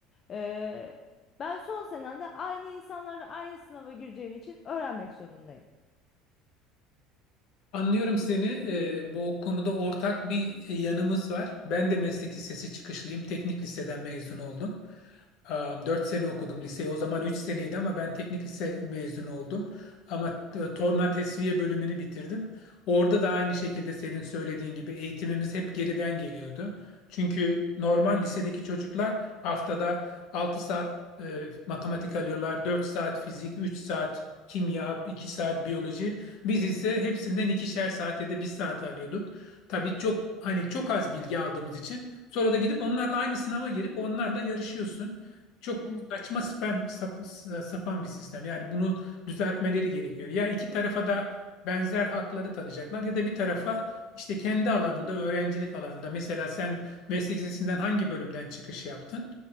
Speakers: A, on the left; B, on the left.
A: Ee, ben son senemde aynı insanlarla aynı sınava gireceğim için öğrenmek zorundayım.
B: Anlıyorum seni. Ee, bu konuda ortak bir e, yanımız var. Ben de meslek lisesi çıkışlıyım. Teknik liseden mezun oldum. 4 sene okudum liseyi. O zaman 3 seneydi ama ben teknik lise mezunu oldum. Ama e, torna tesviye bölümünü bitirdim. Orada da aynı şekilde senin söylediğin gibi eğitimimiz hep geriden geliyordu. Çünkü normal lisedeki çocuklar haftada 6 saat e, matematik alıyorlar, 4 saat fizik, 3 saat kimya, 2 saat biyoloji. Biz ise hepsinden ikişer saat ya da bir saat alıyorduk. Tabii çok hani çok az bilgi aldığımız için sonra da gidip onlarla aynı sınava girip onlarla yarışıyorsun. Çok
A: Evet.
B: saçma spam, sap- sapan bir sistem. Yani bunu düzeltmeleri gerekiyor. Ya iki tarafa da benzer hakları tanıyacaklar ya da bir tarafa işte kendi alanında öğrencilik alanında mesela sen meslek lisesinden hangi bölümden çıkış yaptın?